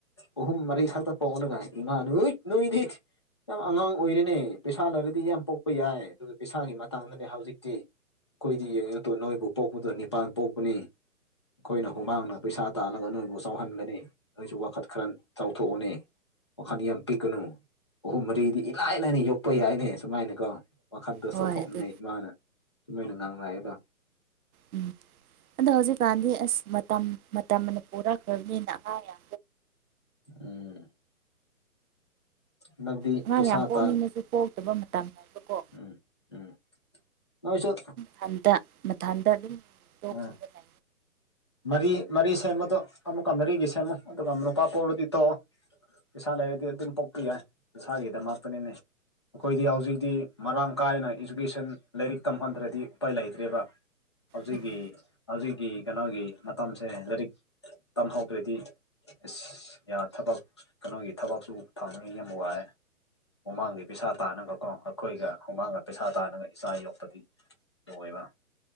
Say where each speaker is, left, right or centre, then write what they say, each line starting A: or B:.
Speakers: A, on the left (about 20°); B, on the right (about 75°).
A: ꯑꯣꯍꯨꯝ ꯃꯔꯤ ꯈꯇ ꯄꯉꯅ ꯀꯥꯏ ꯏ ꯅꯨꯣꯏ ꯅꯨꯣꯏ ꯌꯥꯝ ꯑꯉꯥꯡ ꯑꯣꯏꯔꯤꯅꯦ ꯄꯩꯁꯥ ꯂꯩꯔꯗꯤ ꯌꯥꯝ ꯄꯣꯛꯄ ꯌꯥꯏ ꯑꯗꯨꯒ ꯄꯩꯁꯥꯒꯤ ꯃꯇꯥꯡꯗꯅꯦ ꯍꯧꯖꯤꯛꯇꯤ ꯑꯩꯈꯣꯏꯗꯤ ꯌꯦꯡꯉꯛꯇꯣ ꯅꯣꯏꯕꯨ ꯄꯣꯛꯄꯗ ꯅꯤꯄꯥꯟ ꯄꯣꯛꯄꯅꯤ ꯑꯩꯈꯣꯏꯅ ꯍꯨꯃꯥꯡꯅ ꯄꯩꯁꯥ ꯇꯥꯜꯂꯒ ꯅꯣꯏꯕꯨ ꯆꯥꯎꯍꯟꯒꯅꯤ ꯑꯩꯁꯨ ꯋꯥꯈꯠ ꯈꯔ ꯆꯥꯎꯊꯣꯛꯑꯣꯅꯦ ꯋꯥꯈꯜꯗꯤ ꯌꯥꯝ ꯄꯤꯛꯀꯅꯨ ꯑꯍꯨꯝ ꯃꯔꯤꯗꯤ ꯏꯂꯥꯏ ꯂꯥꯏꯅ ꯌꯣꯛꯄ ꯌꯥꯏꯅꯦ ꯁꯨꯃꯥꯏꯅꯀꯣ ꯋꯥꯈꯟꯗꯣ
B: ꯍꯣꯏ
A: ꯆꯥꯎꯊꯣꯛꯑꯅꯦꯩ
B: ꯑꯗꯨ
A: ꯏꯃꯥꯅ ꯁꯨꯃꯥꯏꯅ ꯉꯥꯡꯉꯑꯗꯣ
B: ꯎꯝ <unintelligible> ꯑꯗꯣ ꯍꯧꯖꯤꯛꯀꯥꯟꯗꯤ ꯑꯁ ꯃꯇꯝ ꯃꯇꯝꯅ ꯄꯨꯔꯛꯈ꯭ꯔꯅꯤꯅ ꯑꯍꯥ
A: ꯎꯝ ꯍꯟꯗꯛꯇꯤ
B: ꯑꯉꯥꯡ
A: ꯄꯩꯁꯥ
B: ꯌꯥꯝ ꯄꯣꯛꯅꯤꯡꯉꯁꯨ
A: ꯇꯥꯟ
B: ꯄꯣꯛꯇꯕ ꯃꯇꯝꯅꯦꯕꯀꯣ
A: ꯎꯝ ꯎꯝ ꯅꯣꯏꯁꯨ
B: ꯊꯟꯇꯥ ꯃꯊꯟꯗ ꯑꯗꯨꯝ ꯇꯣꯛꯈꯤꯕꯅꯦ
A: ꯎꯝ ꯃꯔꯤ ꯃꯔꯤ ꯁꯦꯝꯕꯗꯣ ꯑꯃꯨꯛꯀ ꯃꯔꯤꯒꯤ ꯁꯦꯝꯃꯨ ꯑꯗꯨꯒ ꯑꯃꯨꯛ ꯅꯨꯨꯄꯥ ꯄꯣꯛꯂꯗꯤ ꯇꯣꯛꯑꯣ ꯄꯩꯁꯥ ꯂꯩꯔꯗꯤ ꯑꯗꯨꯝ ꯄꯣꯛꯄ ꯌꯥꯏ ꯄꯩꯁꯥꯒꯤꯗꯃꯛꯇꯅꯤꯅꯦ ꯑꯩꯈꯣꯏꯗꯤ ꯍꯧꯖꯤꯛꯇꯤ ꯃꯔꯥꯡ ꯀꯥꯏꯅ ꯏꯖꯨꯀꯦꯁꯟ ꯂꯥꯏꯔꯤꯛ ꯇꯝꯍꯟꯗ꯭ꯔꯗꯤ ꯎꯄꯥꯏ ꯂꯩꯇ꯭ꯔꯦꯕ ꯍꯧꯖꯤꯛꯀꯤ
B: ꯍꯥꯏꯗꯤ
A: ꯍꯧꯖꯤꯛꯀꯤ ꯀꯩꯅꯣꯒꯤ ꯃꯇꯝꯁꯦ ꯂꯥꯏꯔꯤꯛ ꯇꯝꯍꯧꯗ꯭ꯔꯗꯤ ꯑꯁ ꯌꯥ ꯊꯕꯛ ꯀꯩꯅꯣꯒꯤ ꯊꯕꯛꯁꯨ ꯐꯪꯉꯤ ꯌꯥꯝ ꯋꯥꯏꯑꯦ ꯃꯃꯥꯡꯒꯤ ꯄꯩꯁꯥ ꯇꯥꯅꯒꯀꯣ ꯑꯩꯈꯣꯏꯒ ꯍꯨꯃꯥꯡꯒ ꯄꯩꯁꯥ ꯇꯥꯅꯒ ꯏꯆꯥ ꯌꯣꯛꯄꯗꯤ ꯂꯣꯏꯕ